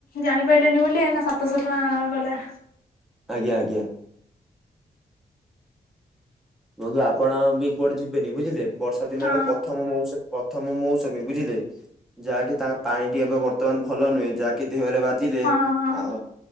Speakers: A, on the left (about 80°); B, in the centre.
A: ଜାଣିପାରିଲେନି ବୋଲି ଏଇନା ସାତଶହ ଟଙ୍କା ଗଲା।
B: ଆଜ୍ଞା ଆଜ୍ଞା। ବନ୍ଧୁ ଆପଣ ବି କୁଆଡେ ଯିବେନି ବୁଝିଲେ। ବର୍ଷା ଦିନର
A: ହଁ
B: ପ୍ରଥମ ମୌସୁମୀ ପ୍ରଥମ ମୌସମୀ ବୁଝିଲେ। ଯାହାକି ତାଙ୍କ ପାଣିଟି ଏବେ ବର୍ତ୍ତମାନ ଭଲ ନୁହେଁ। ଯାହାକି ଦେହରେ ବାଜିଲେ
A: ହଁ ହଁ
B: ଆ